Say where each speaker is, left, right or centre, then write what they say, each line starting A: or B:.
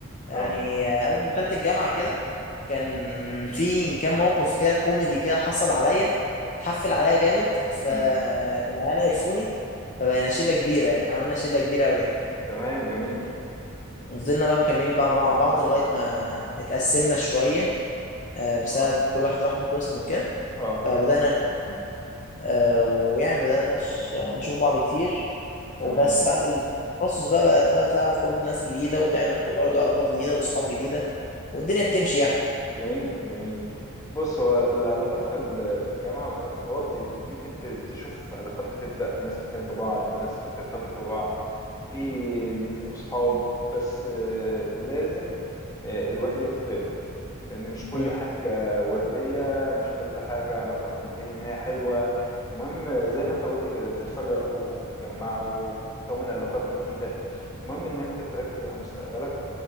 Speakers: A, on the left (about 35°); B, on the left (about 15°).
A: يعني
B: اه
A: آه، اول ما دخلت الجامعه كده كان في كان موقف كده كوميدي كده حصل عليا اتحفل عليا جامد فالعيال
B: أمم.
A: عرفوني فبقينا شلة كبيرة يعني عملنا شلة كبيرة أوي يعني
B: تمام جميل
A: وفضلنا بقى مكملين بقى مع بعض لغاية ما اتقسمنا شوية آه، بسبب
B: اه
A: كل واحد راح بقسمه كده
B: اه
A: فبدأنا آه، ويعني بدأنا نش- نشوف بعض كتير وبس
B: تمام
A: بعد التخصص بقى بدأت بقى تعرف برضه ناس جديدة وتعمل برضه علاقات جديدة وأصحاب جديدة والدنيا بتمشي يعني
B: جميل جميل بص هو العلاقات في ال- في الجامعة والارتباط بي- ممكن ت- تشوف علاقات بتبدأ ناس بتحب بعض وناس بترتبط ببعض وفي اللي بيبقوا صحاب بس آه، لازم آه، الواحد ياخد باله لأن مش كل
A: امم
B: حاجة وردية مش كل حاجة علاقة بتنتهي نهاية حلوة المهم آه، زي ما انت قلت كده بتتفرقوا وبتتجمعوا وبتكون علاقات جديدة المهم ان انت تركز على مستقبلك